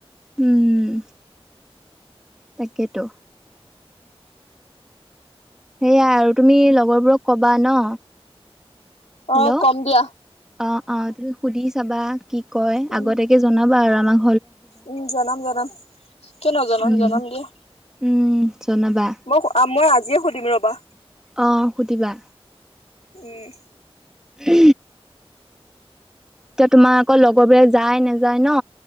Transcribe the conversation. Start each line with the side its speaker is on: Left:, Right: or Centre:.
Centre: উম তাকেতো সেইয়াই আৰু তুমি লগৰবোৰক কবা ন? হেল্ল'
Left: অ কম দিয়া
Centre: অ অ তুমি সুধি চাবা কি কয়
Left: উম
Centre: আগতেকে জনাবা আৰু আমাক
Left: উম জনাম জনাম কনেো জনাম
Centre: উম,
Left: জনাম দিয়া।
Centre: উম! জনাবা
Left: মই মই আজিয়ে সুধিম ৰবা।
Centre: অ সুধিবা।
Left: এই
Centre: উ! এতিয়া তোমাৰ আকৌ লগৰবোাক যায় নেযায় ন!